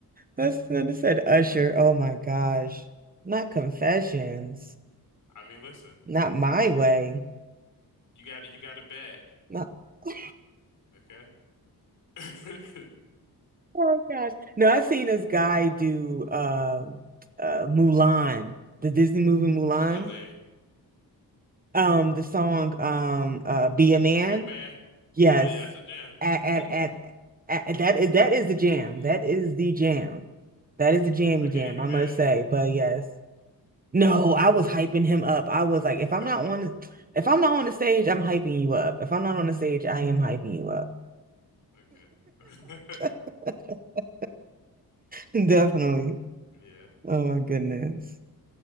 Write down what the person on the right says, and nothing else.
That's that said Usher. Oh my gosh. Not Confessions.
Not My Way.
Not <laughs>
Oh gosh. No, I've seen this guy do uh uh Mulan, the Disney movie Mulan.
Um the song um uh Be a Man.
Yes.
At at
at, at that is that is the jam.
That is the jam. That is the jammy
jam,
I
must
say. But yes. No, I was hyping him up. I was
like, if I'm not on the, if I'm not on the stage, I'm hyping you up. If I'm not on the stage, I am
hyping you up.
<laughs> Definitely.
Oh my goodness.